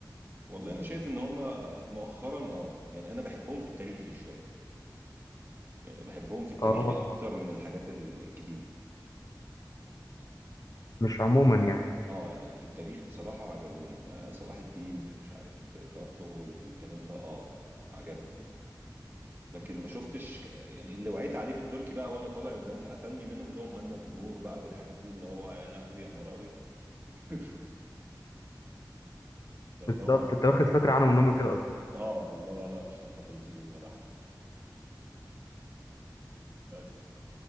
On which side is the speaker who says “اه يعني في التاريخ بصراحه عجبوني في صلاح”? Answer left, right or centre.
Right